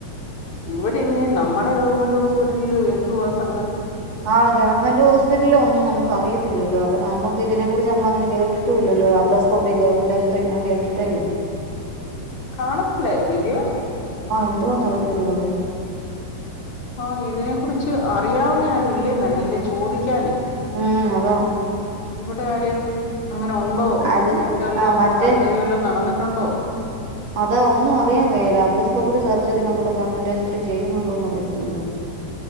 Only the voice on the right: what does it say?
ആഹ് ഗവൺമെന്റ് ഹോസ്പിറ്റല് ഒന്നും നമുക്ക് അറിയത്തില്ലല്ലോ അവ നമ്മ ഇതിനെ കുറിച്ച് നമ്മൾ അങ്ങനെ കേട്ടിട്ടു ഇല്ലല്ലോ ലപ്രോസ്കോപ്പി ഗവൺമെന്റ് ആശുപത്രി ഞാൻ കേട്ടിട്ടെ ഇല്ല
എന്തവാന്നറിയത്തില്ലലോടെ
ഉം അത
അത്
ആഹ് മറ്റേ
അതാ ഒന്നും അറിയൻ വേലാ ലാപ്രോസ്കോപ്പിയുടെ സർജറി നമ്മുടെ ഗവൺമെന്റ് ആശുപത്രി ചെയ്യുന്നുണ്ടോന്ന് അറിയത്തില്ലല്ലോ